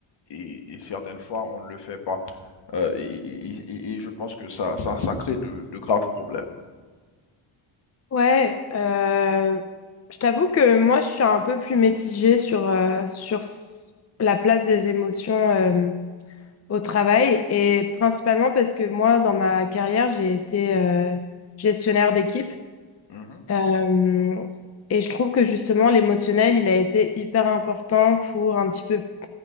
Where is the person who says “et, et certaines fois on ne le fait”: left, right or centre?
Left